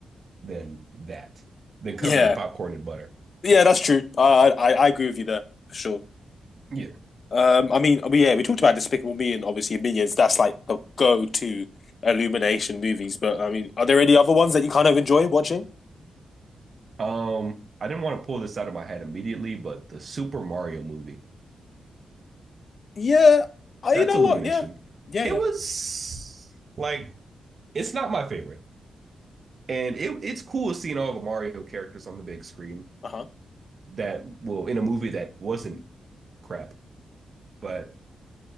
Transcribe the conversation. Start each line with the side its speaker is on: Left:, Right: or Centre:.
Right: than that, than covered
Left: Yeah,
Right: in popcorn and butter.
Left: yeah, that's true. I I I agree with you there for sure.
Right: Yeah,
Left: Um, I mean, we- yeah, we talked about Despicable Me and obviously Minions. That's like the go-to Illumination movies. But I mean, are there any other ones that you kind of enjoy watching?
Right: Um, I didn't want to pull this out of my head immediately, but the Super Mario movie,
Left: Yeah, I,
Right: that's
Left: you know
Right: Illumination.
Left: what? Yeah, yeah,
Right: It
Left: yeah.
Right: was like it's not my favorite. And it it's cool seeing all the Mario characters on the big screen
Left: Uh-huh.
Right: that well in a movie that wasn't crap. But